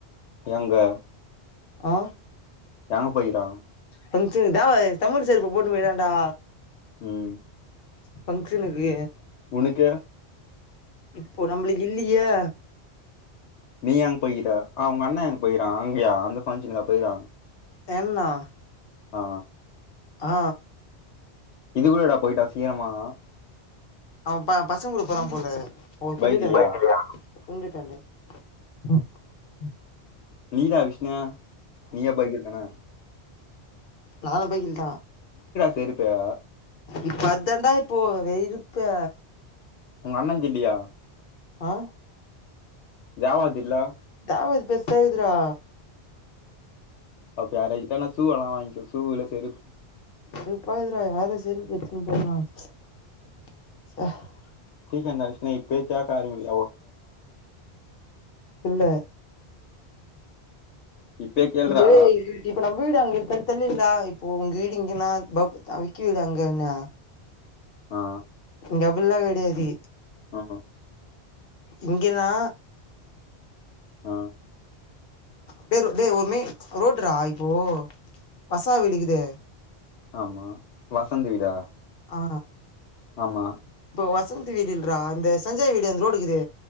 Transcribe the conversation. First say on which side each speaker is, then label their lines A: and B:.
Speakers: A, on the left (about 80°); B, on the left (about 60°).
A: எங்க
B: ஆ
A: எங்க போய்க்கிறா
B: கொஞ்ச இதா தமிழ் செருப்ப போட்டு போய்டாண்டா
A: ம்
B: ஃபங்க்ஷனுக்கு
A: உனக்க
B: இப்போ நம்ள்ளுக்கு இல்லீயே
A: நீ அங்க போய்க்கிற ஆ உங்க அண்ண அங்க போய்க்கிறா அங்கயா அந்த ஃபங்க்ஷனுக்கா போய்க்கிறா
B: ஏன்னா
A: ஆ
B: ஆ
A: இது கூட எடா போயிட்டா சீக்கிரமா
B: அவ ப பசங்கூட போறான் போல போ
A: பைக்லயா
B: சொல்லிட்டாங்க போல பைக்லியா உண்டுடண்டு ம் ம்
A: நீதா விஷ்ணுய நீயே பைக்கில் தானா
B: நானு பைக்கில் தா
A: செரிப்பா
B: இப்ப அதாண்டா இப்போ வெரிப்பே
A: உங்க அண்ணந்து இல்லியா
B: ஆ
A: ஏ வர்தில்ல
B: ஆவது பெருசாகுதுரா
A: அப்ப யரகித்தானே சூவெல்லா வாங்கிக்கோ சூவுல செருப்
B: சூப்பராதுக்குரா யாரு சிலிம்பிட் <unintelligible>
A: <unintelligible> இப்பயே கேக்க ஆரம்பிக்குது
B: இல்ல
A: இப்பயே கேள்றா
B: இது இப்ப நம்ம வீடு அங்க இருக்கானு தெரிலேல இப்போ வீடு இங்கலா பௌ விக்கி வீடு அங்க என்ன
A: ஆ
B: டபுள்லா கெடையாது
A: ஆ
B: இங்கென்னா
A: ஆ
B: டேய் டேய் ஒருமே ரோடுரா இப்போ வசா வீடுக்குது
A: ஆமா வசந் வீடா
B: ஆ
A: ஆமா
B: வசந் வீடு இல்ரா இந்த சஞ்சய் வீடு இந்த ரோடுக்குது